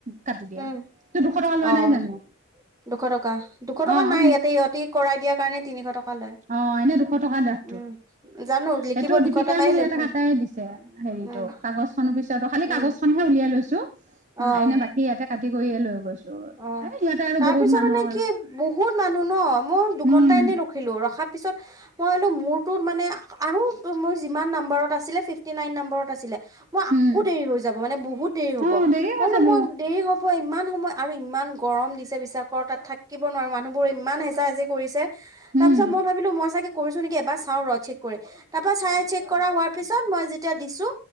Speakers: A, on the right; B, on the right.
A: কাটি দিয়া।
B: উম,
A: তোৰ দুশ টকা লোৱা
B: অ',
A: নাই জানো?
B: দুশ টকা দুশ টকা
A: অ'
B: নাই ইয়াতে ইহঁতি কৰাই দিয়াৰ কাৰণে তিনিশ টকা লয়।
A: অ', এনেই দুশ টকাৰ দ্ৰাফটোত।
B: উম, জানো। লিখিব
A: সেইটো
B: দুশ
A: দীপিকাই
B: টকাই
A: মোক ইয়াতে
B: লৈছে
A: কাটায়ে দিছে, হেৰিতটো
B: উম,
A: কাগজ খনৰ পিছতো, খালি
B: উম,
A: কাগজ খন উলিয়াই লৈছো, উ
B: অ'।
A: এনে বাকী ইয়াতে কাটি কৰিয়ে লৈ গৈছো।
B: অ'
A: এ সিহঁতে আৰু
B: তাৰ
A: বহুত
B: পিছত
A: মানুহৰ
B: মানে কি বহুত মানুহ ন মোৰ দুঘন্টা
A: উম
B: এনেই ৰখিলো, ৰখাৰ পিছত মই ভাবিলো মোৰতো মানে আৰু মোৰ যিমান নম্বত আছিলে ফিফটি নাইন নম্বৰত আছিলে। মই আকৌ
A: উম
B: দেৰি হৈ যাব, মানে বহুত দেৰি হ'ব।
A: অ দেৰি
B: মই
A: হৈ
B: বোলো
A: যাব
B: মই দেৰি হ'ব ইমান সময় আৰু ইমান গৰম দিছে বিশ্বাসকৰ তাত থাকিব নোৱাৰোঁ, মানুহবোৰ ইমান হেচা হেচি কৰিছে। তাৰ
A: উম
B: পিছত মই ভাবিলো, মই চাগে কৰিছো নেকি এবাৰ চাও ৰ চেক কৰি, তাৰ পৰা চাই চেক কৰা হোৱাৰ পিছত মই যেতিয়া দিছো